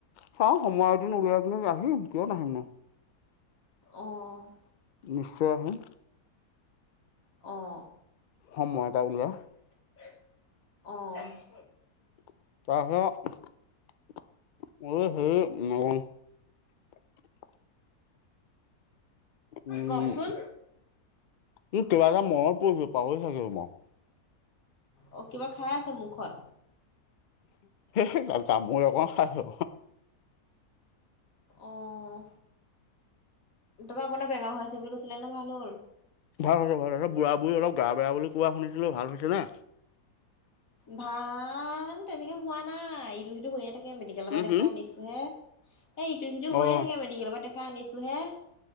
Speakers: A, on the left; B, on the left.
A: চাওঁ সময় এদিন উলিয়াই কিনে আহিম কিয় নাহিম নো!
B: অ'!
A: নিশ্চয় আহিম।
B: অ',
A: সময় এটা উলিয়াই।
B: অহ!
A: <unintelligible> উম।
B: কওকচোন
A: উ কিবা এটা মনত পৰিছিল পাহৰি থাকিল ম।
B: অ' কিবা খাই আছে মুখত।
A: সেই তামোল এখন খাইছো।
B: অ'! তোমাৰ <unintelligible> বেমাৰ হৈ আছে বুলি কৈছিলা ন' ভাল হ'ল?
A: ভাল হৈছে ভাল হৈছে বুঢ়া বুঢ়ী অলপ গা বেয়া বুলি কোৱা শুনিছিলোঁ, ভাল হৈছে নে?
B: ভাল তেনেকে হোৱা নাই ইটো সিটো হৈয়ে থাকে মেডিকেলৰ
A: উম
B: পৰা দেখাই
A: হুম
B: আনিছো হে এ ইটো সিটোয়ে
A: অ'
B: থাকে মেডিকেলৰ পৰা দেখা খাই আনিছো হে